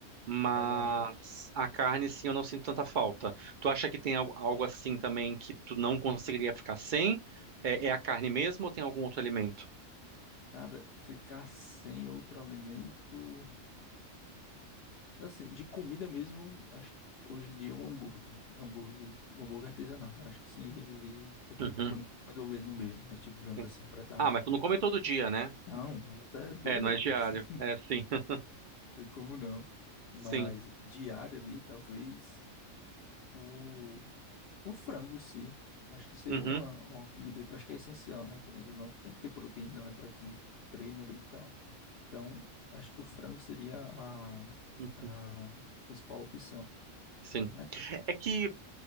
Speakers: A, on the right (about 60°); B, on the left (about 60°).
A: Mas
B: Caramba.
A: a carne, sim, eu não sinto tanta falta. Tu acha que tem al- algo assim também que tu não conseguiria ficar sem? É, é a carne mesmo ou tem algum outro alimento?
B: Cara, ficar sem outro alimento. Assim, de comida mesmo, acho que hoje em dia é o hambúrguer. Hambúrguer, o hambúrguer artesanal, né? Acho que sim, ele eu tenho
A: Uhum,
B: que estar pelo menos comendo uma vez no mês, né? Tipo, digamos
A: sim.
B: assim, pra estar.
A: Ah, mas tu não come todo dia, né?
B: Não, até doido,
A: É, não
B: é,
A: é
B: pô.
A: diário.
B: <laughs>
A: É, sim. <laughs>
B: Tem como não. Mas
A: Sim.
B: diário ali, talvez o, o frango em si. Acho que seria
A: Uhum,
B: uma, uma comida que eu acho que é essencial, né? Querendo ou não, tem que ter proteína, né? Pra quem treina ali e tal. Então, acho que o frango seria a,
A: uhum,
B: a principal opção,
A: Sim.
B: né? Mas.
A: É, é que